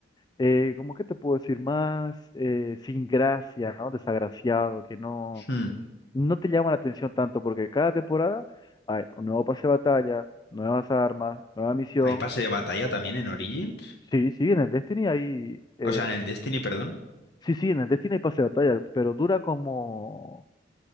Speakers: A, on the left; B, on the left.
A: eh, como que te puedo decir, más eh, sin gracia, ¿no? Desagraciado, que no,
B: Hmm.
A: no te llama la atención tanto, porque cada temporada hay un nuevo pase de batalla, nuevas armas, nueva misión.
B: ¿Hay pase de batalla también en Origins?
A: Sí, sí, en el Destiny hay... eh,
B: O sea, en el Destiny, perdón.
A: Sí, sí, en el Destiny hay pase de batalla, pero dura como,